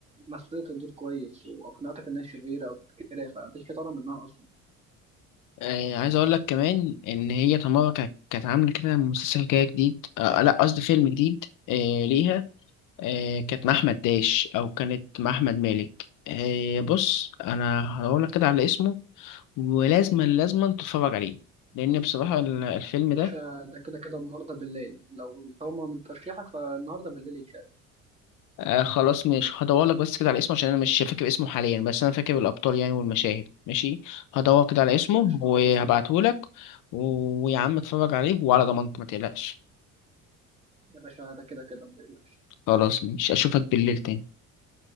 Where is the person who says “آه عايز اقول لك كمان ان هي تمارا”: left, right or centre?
Left